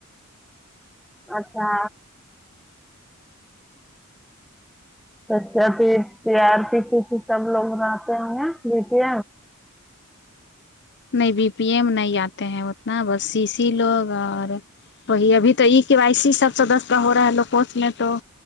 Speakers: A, in the centre; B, on the left (about 55°).
A: اچھا اچھا پھر پیار کی سب لوگ مناتے ہے دیکھئے
B: نہیں بی پی ایم نہیں آتے ہیں اتنا بس سی سی لوگ ارہے وہی ابھی تو ای کی وائی سی سب سدسیا کا ہو رہا ہے کورس میں تو